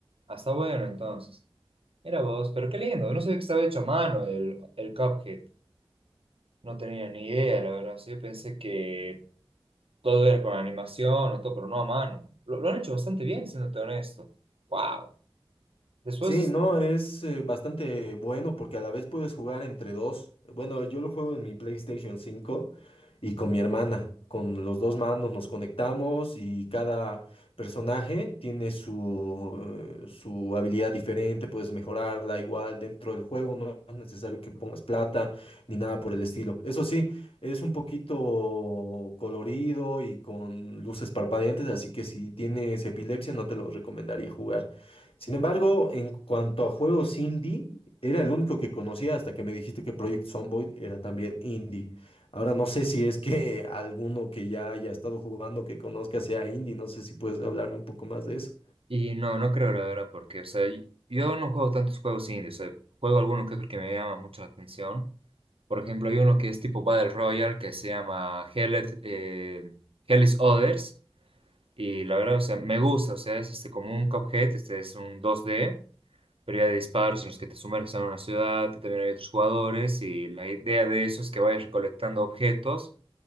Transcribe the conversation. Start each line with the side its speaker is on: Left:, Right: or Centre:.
Right: Hasta bueno, entonces. Era vos, pero qué lindo. No sabía que estaba hecho a mano el, el Cuphead. No tenía ni idea, la verdad. Sí, yo pensé que todo era con animación o todo, pero no a mano. Lo, lo han hecho bastante bien, siéndote honesto. ¡Wow! Después
Left: Sí, no, es eh, bastante bueno porque a la vez puedes jugar entre dos. Bueno, yo lo juego en mi PlayStation cinco y con mi hermana. Con los dos manos nos conectamos y cada personaje tiene su, eh, su habilidad diferente, puedes mejorarla igual dentro del juego, no es necesario que pongas plata ni nada por el estilo. Eso sí, es un poquito colorido y con luces parpadeantes, así que si tienes epilepsia no te lo recomendaría jugar. Sin embargo, en cuanto a juegos indie, era el único que conocía hasta que me dijiste que Project Zomboid era también indie. Ahora no sé si es que <laughs> alguno que ya haya estado jugando que conozca sea indie, no sé si puedes hablarme un poco más de eso.
Right: Y no, no creo la verdad, porque, o sea, y- yo no juego tantos juegos indie, o sea, juego alguno que otro que me llama mucho la atención. Por ejemplo, hay uno que es tipo Battle Royale que se llama Hell, Let- eh, Hell is Others, y la verdad, o sea, me gusta, o sea, es este, como un Cuphead, este es un dos d pero ya de disparos en los que te sumerges en una ciudad, también hay otros jugadores, y la idea de eso es que vayas recolectando objetos